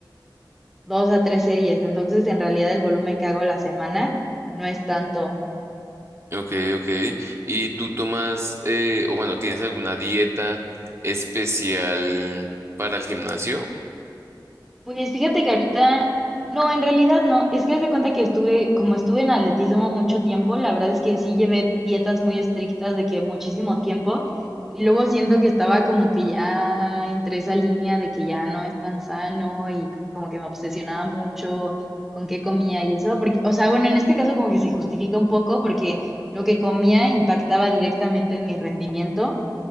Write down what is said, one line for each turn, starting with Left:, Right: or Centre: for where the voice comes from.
Centre: 2 a 3 series. Entonces, en realidad, el volumen que hago a la semana no es tanto.
Right: Ok, ok. ¿Y tú tomas, eh, o bueno, tienes alguna dieta especial para el gimnasio
Centre: Pues fíjate que ahorita, no, en realidad no. Es que haz de cuenta que estuve, como estuve en atletismo mucho tiempo, la verdad es que sí llevé dietas muy estrictas de que muchísimo tiempo. Y luego siento que estaba como que ya entre esa línea de que ya no es tan sano y como que me obsesionaba mucho con qué comía y eso. Porque, o sea, bueno, en este caso como que se justifica un poco porque lo que comía impactaba directamente en mi rendimiento.